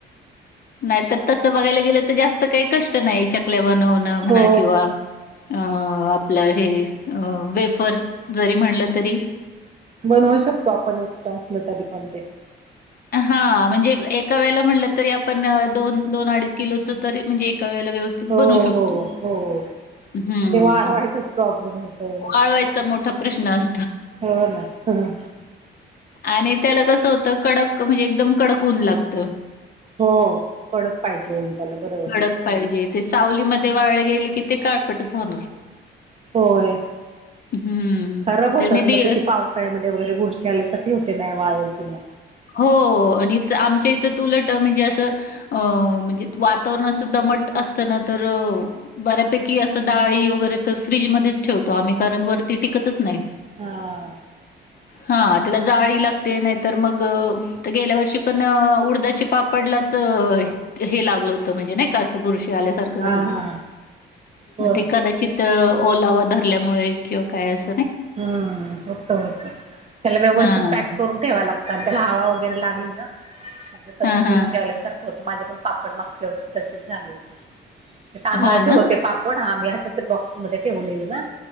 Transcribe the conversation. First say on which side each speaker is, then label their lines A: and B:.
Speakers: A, on the left (about 50°); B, on the right (about 35°).
A: नाहीतर तस बघायला गेलं तर जास्त काही कष्ट नाही च वनव न म्हणा
B: हो
A: किंवा अ आपलं हे वेफर्स जरी म्हणलं तरी
B: बनवू शकतो आपण एकटा असल तरी पण ते
A: हा म्हणजे एका वेळेला म्हणलं तरी आपण दोन दोन अडीच किलोच तरी म्हणजे वेळेला व्यवस्थित
B: हो
A: बनू
B: हो
A: शकतो
B: हो
A: हं.
B: ते वाळवायचा प्रॉब्लेम होत.
A: वाळवायचा मोठा प्रश्न अस
B: हो ना ह
A: आणि त्याला कसं होतं कडक म्हणजे एकदम कडक होऊन लागत
B: हो कडक पाहिजे होऊन त्याला बरोबर
A: कडक पाहिजे ते सावलीमध्ये देवावेला गेले कि ते काळपटच होणार
B: होय
A: हं.
B: खराब होतात
A: तर मी
B: मग
A: दि
B: त ते पावसाळ्यामध्ये वगैरे बुरशी आले स होते नाही वाळले की मग.
A: हो आणि आमच्या तुलट म्हणजे अस अ म्हणजे वातावरण अस दमट असत ना तर बऱ्यापैकी असं डाळी वगैरे तर फ्रीजमध्येच ठेवतो आम्ही कारण वरती टिकतच नाही
B: हा
A: हा त्याला जाळी लागते ते नाहीतर मग गेल्या वर्षी पण उडदाचे पापडलाच हे लाग म्हणजे नाही का बुर आल्यासार
B: हा
A: झाल
B: हा होय
A: मग ते कदाचित ओला व धरल्यामुळे किंवा काय अस
B: हम्म होतं होतं त्याला व्यवस्थित
A: हां.
B: पॅक करून ठेवा लागत आणि त्याला हवा वगैरे लागली ना तस
A: हां, हां.
B: बुरशी आल्यासारखं हो माझे पण पापड मागव तसेच झाले होते ते तांदळाचे
A: हो ना?
B: होते पापड हा मी अस बॉक्समध्ये ठेवलले ना